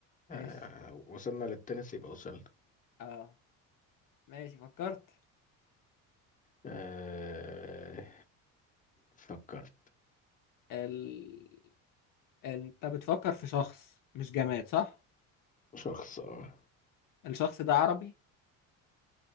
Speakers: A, on the left (about 55°); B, on the left (about 20°).
A: ماشي
B: آه وصلنا للتنس يبقى وصلنا
A: اه ماشي فكرت
B: آه فكرت
A: ال... انت بتفكر في شخص مش جماد صح
B: شخص اه
A: الشخص ده عربي